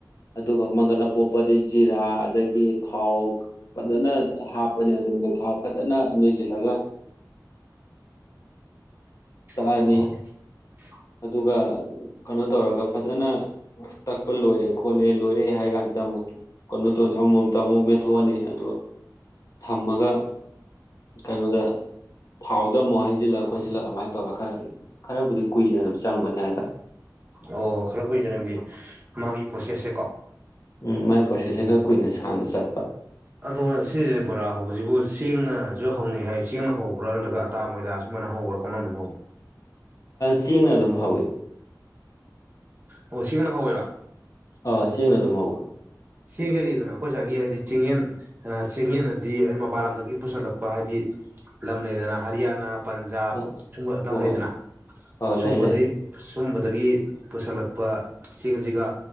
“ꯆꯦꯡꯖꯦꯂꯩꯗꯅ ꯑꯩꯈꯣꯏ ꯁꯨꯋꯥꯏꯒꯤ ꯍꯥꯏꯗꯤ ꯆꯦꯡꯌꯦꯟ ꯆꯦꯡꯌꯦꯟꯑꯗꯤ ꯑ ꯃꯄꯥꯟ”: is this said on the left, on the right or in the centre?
Right